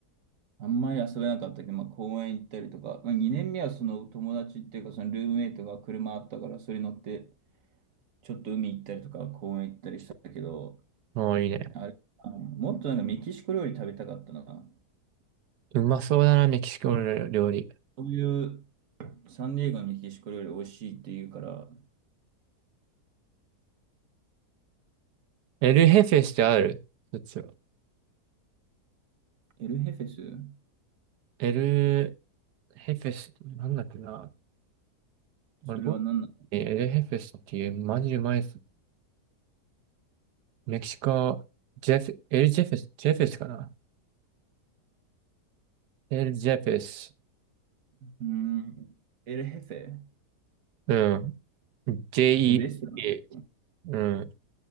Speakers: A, on the right; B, on the right.
A: あんまり遊べなかったけど、まあ、公園行ったりとか、まあ、2年目はその友達っていうか、そのルームメイトが車あったから、それに乗って、ちょっと海行ったりとか、公園行ったりしたけど、
B: もういいね。
A: あれ、あのもっとなんかメキシコ料理食べたかったな。
B: うまそうだな、メキシコの料理。
A: そういうサンディエゴのメキシコ料理美味しいって言うから、
B: エルヘフェスってあるそっちは。
A: エルヘフェス
B: エルヘフェス、なんだっけな。
A: それは何なの
B: 俺、ボエルヘフェスっていう、マジうまいメキシコ、ジェフ、エルジェフェス、ジェフェスかなエルジェフェス。
A: うーん、エルヘフェ
B: うん。JEA。
A: それレストラン
B: うん。